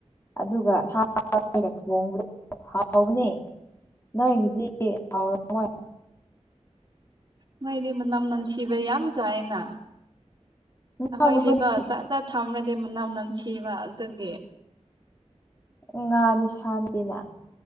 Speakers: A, on the left; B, on the right.
A: ꯑꯗꯨꯒ <unintelligible> ꯊꯣꯡꯕꯗꯣ ꯍꯥꯎꯕꯅꯦ꯫ ꯅꯣꯏꯍꯤꯗꯤ ꯍꯥꯎ ꯔꯝꯃꯣꯏ
B: ꯃꯣꯏꯗꯤ ꯃꯅꯝ ꯅꯟꯊꯤꯕ ꯌꯥꯝ ꯆꯥꯏꯌꯦꯅ꯫
A: ꯉꯥꯒꯨꯝꯕꯗꯤ
B: ꯑꯩꯈꯣꯏꯗꯤꯀꯣ ꯆꯖꯠ ꯖꯠ ꯊꯝꯅꯗꯤ ꯃꯅꯝ ꯅꯝ ꯊꯤꯕ ꯑꯗꯨꯒꯤ
A: ꯉꯥꯗꯤ ꯁꯝꯗꯦꯅ